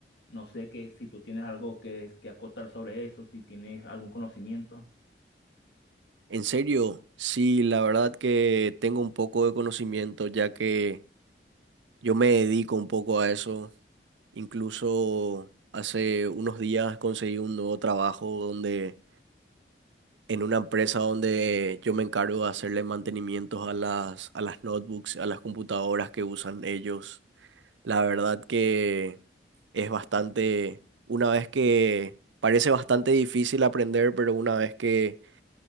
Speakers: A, on the left; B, on the right.
A: No sé que si tú tienes algo que, que acotar sobre eso, si tienes algún conocimiento.
B: En serio, sí, la verdad que tengo un poco de conocimiento ya que yo me dedico un poco a eso. Incluso hace unos días conseguí un nuevo trabajo donde en una empresa donde yo me encargo de hacerle mantenimientos a las, a las notebooks, a las computadoras que usan ellos. La verdad que es bastante, una vez que parece bastante difícil aprender, pero una vez que,